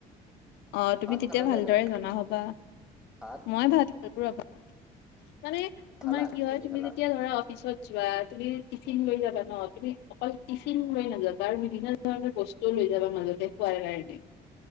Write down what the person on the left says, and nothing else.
অ তুমি
তেতিয়া
ভালদৰে
জনা হ'বা,
মই ভাত <unintelligible> ৰবা। মানে তোমাৰ
কি
হয় তুমি
যেতিয়া ধৰা অফিচত যোৱা তুমি টিফিন লৈ যাবা। ন তুমি অকল টিফিন লৈ নাযাবা ত বিভিন্ন ধৰণৰ বস্তুও লৈ যাবা মাজতে খোৱাৰ কাৰণে।